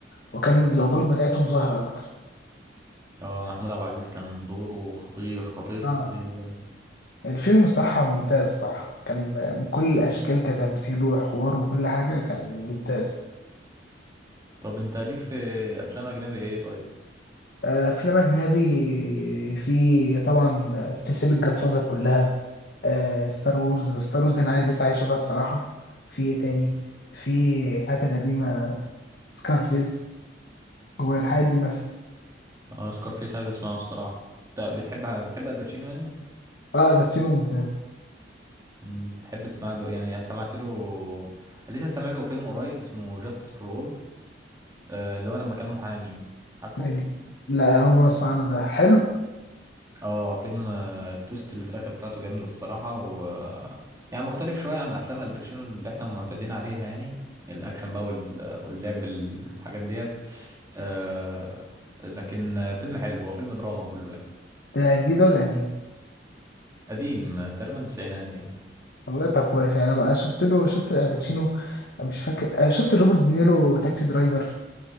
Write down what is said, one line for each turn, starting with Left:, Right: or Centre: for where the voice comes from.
Left: وكان الادوار بتاعتهم ظاهره اكتر
Right: اه محمود عبد العزيز كان دوره خطير خطير
Left: اه
Right: خطير يعني
Left: الفيلم الصراحه ممتاز الصراحه كان من كل الاشكال كتمثيل وحوار وكل حاجه كان ممتاز
Right: طب انت ليك في افلام اجنبي ايه طيب
Left: آه، افلام اجنبي في طبعا سلسله جاد فازر كلها ستار وورز بس ستار وورز انا عايز لسه عايز اشوفها الصراحه في ايه تاني في الحاجات القديمه سكارفيس والحاجات دي مثلا
Right: اه سكارفيس عايز اسمعه الصراحه انت بتحب بتحب الباتشينو يعني
Left: اه الباتشينو ممتاز
Right: امم، تحب تسمع له يعني سمعت له لسه سامع له فيلم قريب اسمه جاستس فور اول اللي هو لما كان محامي عارفه
Left: جديد. لا اول مره اسمع عنه ده حلو
Right: اه فيلم آه، التويست اللي في الاخر بتاعته جامده الصراحه و آه، يعني مختلف شويه عن افلام الباتشينو اللي احنا معتادين عليها يعني الاكشن بقى وال- آه، واللعب الحاجات ديت آه لكن آه، فيلم حلو هو فيلم دراما كله يعني
Left: ده جديد ولا قديم
Right: قديم آه، تقريبا تسعينات يعني
Left: والله طب كويس يعني انا أنا شفت له شفت الباتشينو مش فاكر آه، شفت روبرت دينيرو تاكسي درايفر